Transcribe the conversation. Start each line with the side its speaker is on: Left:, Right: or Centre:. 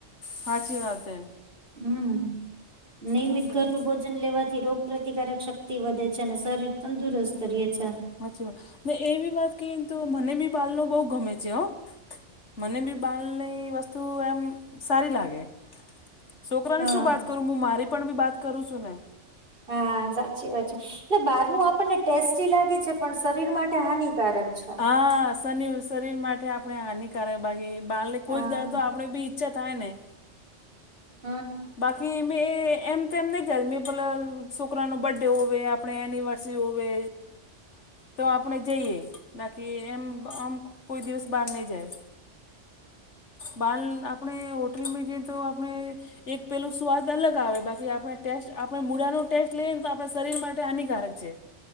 Left: સાચી વાત છે.
Right: હમ નિયમિત
Left: સાચી
Right: ઘરનું
Left: વાત
Right: બું વન લેવાથી રોગ પ્ર્રતિકારક શક્તિ વધે છે અને શરીર તંદુરસ્ત કરીે છે.
Left: સાચછી વાત ને એવી વાત કને તો મને બી બાલનો બહુ ગમે છે હો. મને બી બાલની વસ્તુ એમ સારી લાગે. છોકરાની
Right: હા
Left: શું વાત કરું હું મારી પણ બી વાત કરું છું ને.
Right: હા સાચી વાત છે એટલે બહારનું આપણને ટેસ્ટી લાગે છે પણ શરીર માટે હાનિકારક. છે.
Left: હા સનીલ શરીર માટે આપણે હની કારણ બાગી બાહાર ને
Right: હા
Left: કોઈક દર તો આપણેે બી ઈચ્છા થાયને.
Right: હા.
Left: બાકી મેં એ એમ તેમ નહીં જાડે મેં પહેલાં છોકરાનો બર્થડે હોવે આપણે એનિવર્સરી હોવે
Right: <inaudible>
Left: તો આપણે જઈએ બાકી એમ આમ કોઈ દિવસ બહાર નહી જયે. બાલ આપણે હોટલમાં જઈએ તો આપણે એક પેલું સ્વાદ અલગ આવે બાકી આપણે ટેસ્ટ આપણે મૂળાનો ટેસ્ટ લઈએને તો આપણા શરીર માટે હાનિકારક છે.